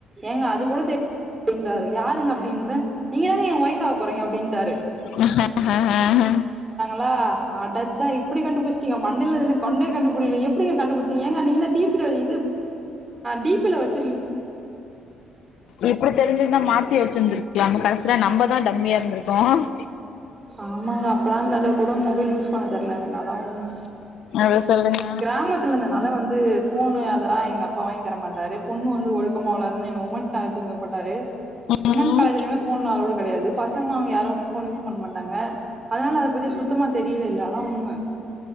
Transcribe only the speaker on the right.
எங்க அது கூட தெரியதா யாருங்க அப்படின்ற நீங்க ங்க என் வைஃப் ஆக போரிங்க அப்படின்டாரு
லா அட ச்சா இப்படி கண்டுபிடிச்சிட்டீங்க மண்டைல இருந்த கொண்டய கண்டுபிடி எப்படி கண்டுபிடிச்சீங்க ஏங்க நீங்க தான் டீப்பில இது டீப்பில வச்சு
ஆமாங்க அப்பல்லாம் இந்தளவுக்கு கூட மொபைல் யூஸ் பண்ண தெரில எனக்கு அதான் ஒண்ணு
கிராமத்துல இருந்ததுனால வந்து ஃபோண்ணு அதுலாம் எங்க அப்பா வாங்கி தர மாட்டாரு பொண்ணு வந்து ஒழுக்கமா வளரனும் என்ன வுமன்ஸ் காலேஜ்ல தான் போட்டாரு வுமென்ஸ்
காலேஜ்லயும் ஃபோன்லா அலோடு கிடையாது பசங்காங்க யாரும் ஃபோன் யூஸ் பண்ண மாட்டாங்க அதனால அத பத்தி சுத்தமா தெரியவே இல்ல அதான் உண்ம